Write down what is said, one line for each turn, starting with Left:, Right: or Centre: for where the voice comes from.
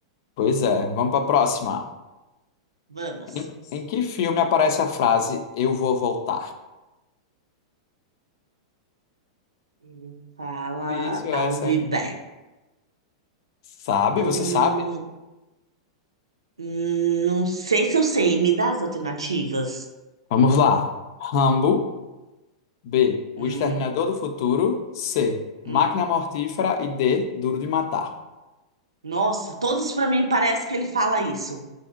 Left: Pois é, vamos para a próxima.
Right: Vamos.
Left: Em, em que filme aparece a frase Eu vou voltar?
Right: Ele fala
Left: Difícil essa,
Right: I'll be
Left: hein?
Right: back.
Left: Sabe?
Right: Hum,
Left: Você sabe?
Right: hum, não sei se eu sei, me dá as alternativas.
Left: Vamos lá. Rambo, B. O
Right: Hum,
Left: Exterminador do Futuro, C. Máquina
Right: hum.
Left: Mortífera e D. Duro de Matar.
Right: Nossa, todos pra mim parece que ele fala isso.